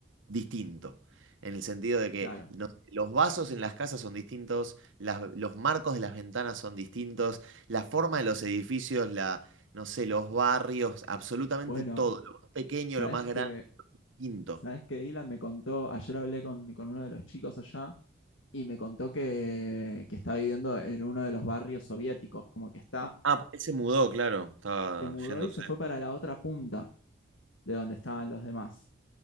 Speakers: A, on the right; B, on the left.
A: distinto. En el sentido de que
B: Claro.
A: no sé, los vasos en las casas son distintos, las- los marcos de las ventanas son distintos, la forma de los edificios, la, no sé, los barrios, absolutamente
B: Bueno,
A: todo, lo más pequeño,
B: ¿sabes
A: lo más grande,
B: qué?
A: distinto.
B: ¿Sabes qué, Dylan? Me contó, ayer hablé con, con uno de los chicos allá y me contó que, que está viviendo en uno de los barrios soviéticos, como que está,
A: Ah, porque él se mudó, claro, estaba
B: se mudó
A: yéndose.
B: y se fue para la otra punta de donde estaban los demás.